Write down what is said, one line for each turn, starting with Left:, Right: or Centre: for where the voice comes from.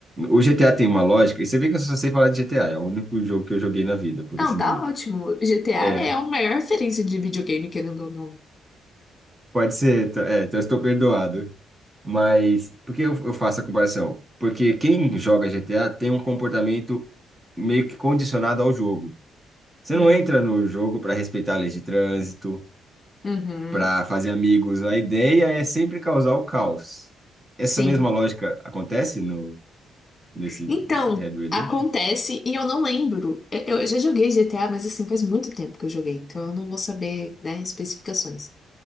Right: O GTA tem uma lógica, e você vê que eu só sei falar de GTA, é o único jogo que eu joguei na vida, por
Left: Não,
Right: assim
Left: tá
Right: dizer.
Left: ótimo. GTA
Right: É,
Left: é a maior <laughs> referência de videogame, querendo ou não.
Right: Pode ser, tá- é, então eu estou perdoado. Mas por que eu, eu faço a comparação? Porque quem joga GTA tem um comportamento meio que condicionado ao jogo. Você
Left: Hum.
Right: não entra no jogo para respeitar a lei de trânsito,
Left: Uhum,
Right: para fazer amigos. A ideia é sempre causar o caos. Essa
Left: sim.
Right: mesma lógica acontece no nesse
Left: Então,
Right: Red Redemption?
Left: acontece, e eu não lembro. Eu, eu já joguei GTA, mas assim, faz muito tempo que eu joguei, então eu não vou saber, né, especificações.